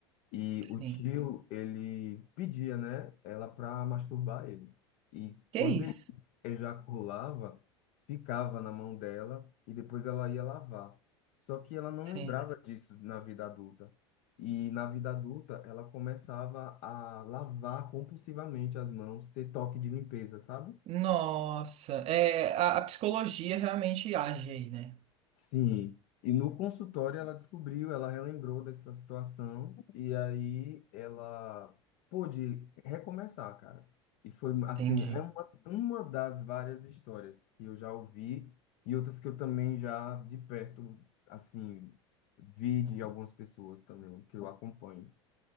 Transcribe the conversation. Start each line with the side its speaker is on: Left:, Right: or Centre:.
Left: E o
Right: sim.
Left: tio, ele pedia, né, ela pra masturbar ele. E
Right: Que
Left: quando
Right: é isso?
Left: ele ejaculava, ficava na mão dela e depois ela ia lavar. Só que ela não
Right: Sim.
Left: lembrava disso na vida adulta. E na vida adulta, ela começava a lavar compulsivamente as mãos, ter toque de limpeza, sabe?
Right: Nossa, é, a, a psicologia realmente age aí, né?
Left: Sim, e no consultório ela descobriu, ela relembrou dessa situação e aí ela pôde recomeçar, cara. E foi assim,
Right: Entendi.
Left: é uma, uma das várias histórias que eu já ouvi e outras que eu também já de perto, assim, vi de algumas pessoas também que eu acompanho.